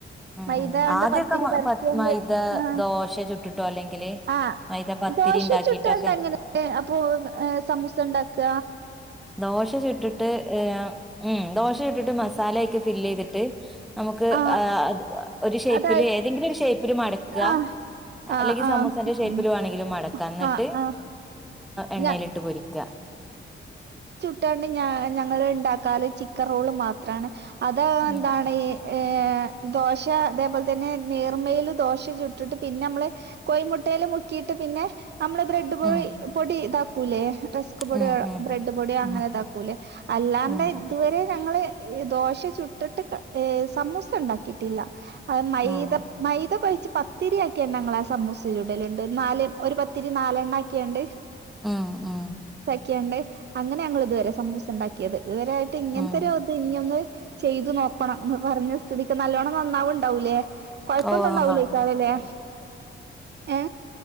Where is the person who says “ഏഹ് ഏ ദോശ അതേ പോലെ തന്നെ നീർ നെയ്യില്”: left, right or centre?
Right